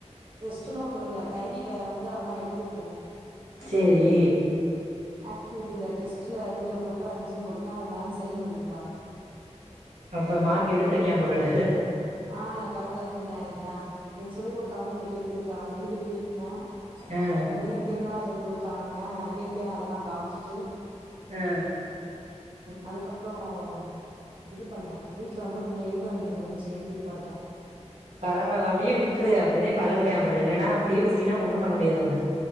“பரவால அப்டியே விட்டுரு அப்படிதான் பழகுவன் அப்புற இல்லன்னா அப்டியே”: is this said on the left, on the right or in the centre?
Right